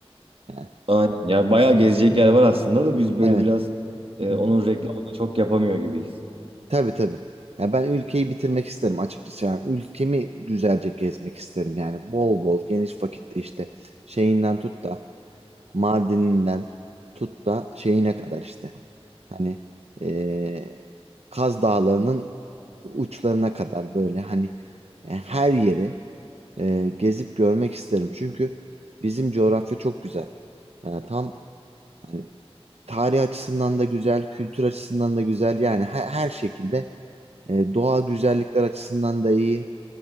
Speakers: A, on the right; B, on the right.
A: Yani,
B: Aynen. Ya bayağı gezecek yer var aslında da biz böyle
A: evet.
B: biraz e,
A: Hı
B: onun
A: hı.
B: reklamını çok yapamıyor gibiyiz.
A: Tabii tabii. Ya ben ülkeyi bitirmek isterim açıkçası. Yani ülkemi güzelce gezmek isterim. Yani bol bol geniş vakitte işte şeyinden tut da Mardin'inden tut da şeyine kadar işte. Hani eee, Kaz Dağları'nın uçlarına kadar böyle hani e, her yeri e, gezip görmek isterim. Çünkü bizim coğrafya çok güzel. Yani tam hani, tarih açısından da güzel, kültür açısından da güzel. Yani her, her şekilde e, doğal güzellikler açısından da iyi.